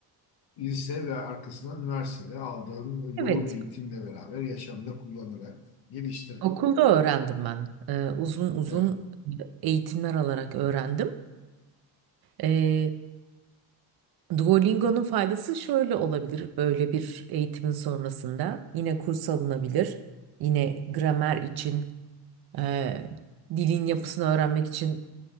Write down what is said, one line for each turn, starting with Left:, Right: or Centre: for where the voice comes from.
Left: lise ve arkasından üniversitede aldığım yoğun
Right: Evet.
Left: eğitimle beraber yaşamda kullanarak geliştirdim.
Right: Okulda öğrendim ben. Ee, uzun uzun
Left: Evet.
Right: eğitimler alarak öğrendim. Ee, Duolingo'nun faydası şöyle olabilir. Böyle bir eğitimin sonrasında yine kurs alınabilir. Yine gramer için, e, dilin yapısını öğrenmek için